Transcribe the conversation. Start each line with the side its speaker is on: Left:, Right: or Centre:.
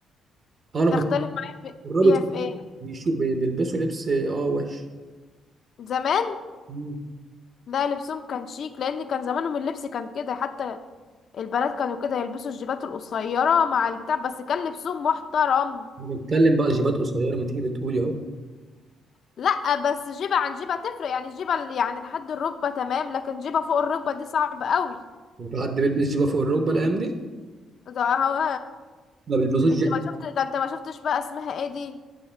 Right: اه انا
Left: تختلف
Right: كنت
Left: معايا في-
Right: الرابط
Left: فيها
Right: فطول
Left: في ايه
Right: بيشوف بي- بيلبسوا لبس اه وحش
Left: زمان
Right: مم.
Left: لا لبسهم كان شيك لان كان زمانهم اللبس كان كده حتى البنات كانوا كده يلبسوا الجيبات القصيره مع البتاع بس كان لبسهم محترم
Right: أنا بتكلم بقى جيبات قصيره ما تيجي بتقولي اهو
Left: لا بس جيبه عن جيبه تفرق يعني جيبه ال- يعني لحد الركبه تمام لكن جيبه فوق الركبه دي صعب قوي
Right: في حد بيلبس جيبه فوق الركبه الايام دي
Left: ده هو
Right: ما بيلبسوش
Left: انت
Right: جيبه
Left: ما شفت ده انت ما شفتش بقى اسمها ايه دي